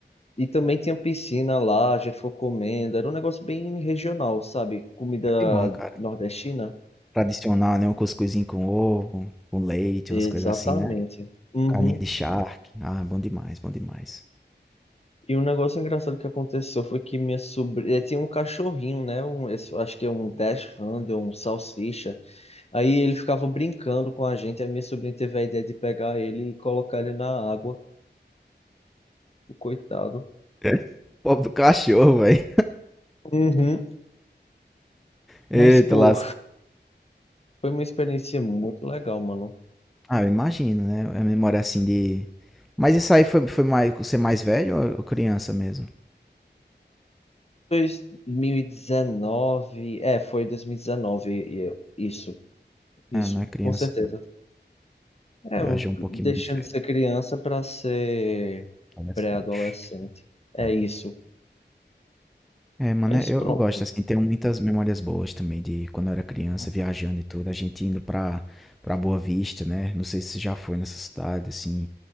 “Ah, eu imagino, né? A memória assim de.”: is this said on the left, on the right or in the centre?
Centre